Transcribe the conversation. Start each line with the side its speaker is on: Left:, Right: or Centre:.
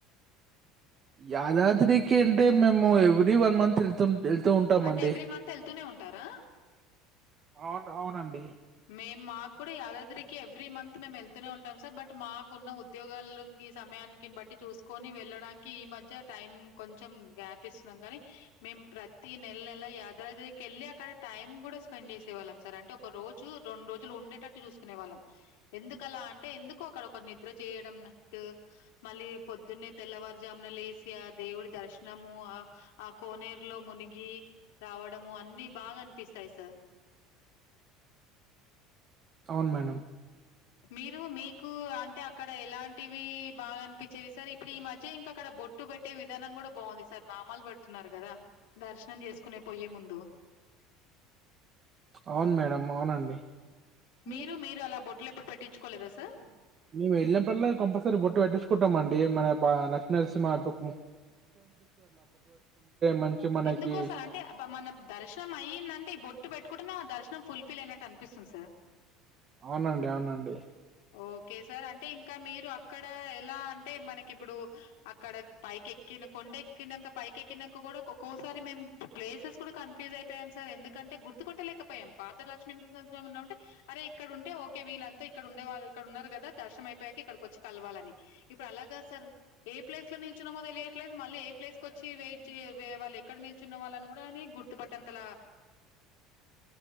Right: యాదాద్రికి అంటే మేము ఎవరీ. ఎవరీ వన్ మంత్ వెళ్తమ్. వెళ్తూ ఉంటామండి
Left: అంటే ఎవ్రీ మంత్ వెళ్తూనే ఉంటారా
Right: అవును అవునండి.
Left: మేం మాక్ కూడా యాదాద్రికి ఎవ్రి మంత్ మెమ్ వెళ్. వెళ్తూనే ఉంటాం సార్ బట్ మాకున్న ఉద్యోగాలకి సమయానికి బట్టి చూసుకొని వెళ్ళడానికి ఈ మధ్య టైం కొంచెం. గ్యాప్ తిస్తున్నాం గాని మేం ప్రతి నెల్ నెల యాదాద్రికి వెళ్ళి అక్కడ టైం కూడా స్పెండ్ పనిచేసే వాళ్లుం సరా. ఒక రోజు రెండు రోజులు ఉండేటట్టు చూసుకునే వాళ్ళం ఎందుకలా అంటే ఎందుకు అక్కడ ఒక నిద్ర చేయడం నట్టు మళ్ళీ పొద్దున్నే తెల్లవారుజామున లేసి. దేవుడి దర్శనము ఆహ్ ఆ కోనేరులో మునిగి రావడము అన్ని బాగా అనిపిస్తాయి సార్.
Right: అవును మేడం.
Left: మీరు మీకు అంటే అక్కడ ఎలాంటివి. బాగా అనిపించేవి సార్. ఇప్పుడు ఈ మధ్య ఇంక అక్కడ బొట్టు పెట్టే విధానం కూడా బాగుంది సార్ నామాలు పెడుతున్నారు కదా దర్శనం చేసుకునే పోయే ముందు.
Right: అవును మేడం అవునండి
Left: మీరు
Right: మే
Left: మీరు అలా బొట్లెప్పుడు పెట్టించుకోలేదా సార్?
Right: మేము వెళ్ళినప్పుల్లా కంపల్సరీ బొట్టు పెట్టటించుకుంటాం మండి. ఏ మారాత్ ఆహ్ లక్ష్మీ నరసింహ దుకు. మంచి మనకి
Left: ఎందుకో సార్ అంటే మన దర్శనం అయ్యిందంటే బొట్టు పెట్టుకుంటేనే ఆ దర్శనం ఫుల్ ఫిల్ అయినట్టానీ. అనిపిస్తుంది సార్.
Right: అవునండి అవునండి
Left: ఓకే సార్ అంటే ఇంకా మీరు అక్కడ ఎలా అంటే మనకి ఇప్పుడు. ఆహ్ అక్కడ పైకి ఎక్కిన. కొండ ఎక్కినాక పైకి ఎక్కినాక కూడా ఒక్కోసారి మేము ప్లేసెస్ కూడా కన్ఫ్యూజన్ అయిపోయాం సార్. ఎందుకంటే గుర్తుపట్టలేకపోయాం పాత లక్ష్మి నరసింహ స్వామి ఉంటే అరే ఇక్కడ ఉంటే ఓకే వీళ్ళంతా ఇక్కడ ఉండేళ్ళ ఇక్కడ ఉన్నారు కదా దర్శన అయిపోయాక ఇక్కడికి వచ్చి. కలవాలని. ఇప్పుడు అలా కాదు సార్ ఏ ప్లేస్ లో నిలుచున్నామో తెలియ ట్లేదు మళ్ళీ ఏ ప్లేస్కి వచ్చి వెయిట్ చేే వాళ్ళ ఎక్కడ నిల్చున్న వాళ్ళని కూడా గుర్తుపట్ట అంతలా